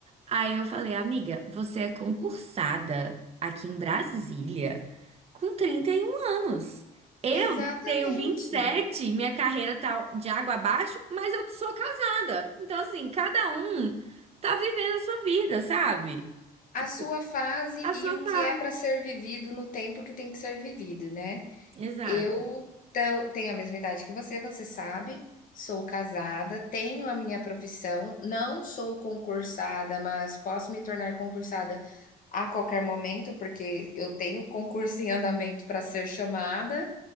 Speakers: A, on the right; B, on the left.
A: Aí eu falei, amiga, você é concursada aqui em Brasília com trinta e um anos. Eu
B: Exatamente.
A: tenho vinte e sete, minha carreira tá de água abaixo, mas eu sou casada. Então, assim, cada um tá vivendo a sua vida, sabe?
B: A
A: Tipo,
B: sua fase
A: a
B: e
A: sua
B: o
A: fase.
B: que é para ser vivido no tempo que tem que ser vivido, né.
A: Exato.
B: Eu tam tenho a mesma idade que você, você sabe, sou casada, tenho a minha profissão, não sou concursada, mas posso me tornar concursada a qualquer momento, porque eu tenho concurso em andamento para ser chamada,